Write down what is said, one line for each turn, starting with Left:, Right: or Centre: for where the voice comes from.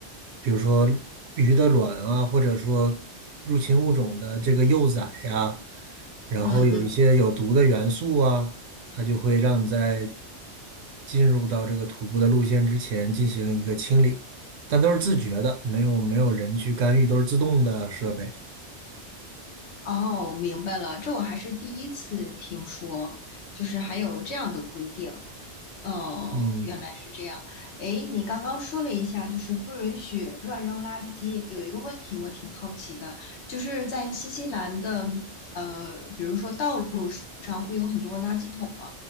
Right: 比如说鱼的卵啊，或者说入侵物种的这个幼崽呀、然后有一些有毒的元素啊。
Left: 嗯嗯，
Right: 它就会让你在进入到这个徒步的路线之前进行一个清理，但都是自觉的，没有没有人去干预，都是自动的设备。
Left: 哦，明白了，这我还是第一次听说，就是还有这样的规定。哦，
Right: 嗯
Left: 原来是这样。哎，你刚刚说了一下，就是不允许乱扔垃圾。有一个问题我挺好奇的，就是在新西兰的呃，比如说道路上会有很多垃圾桶吗？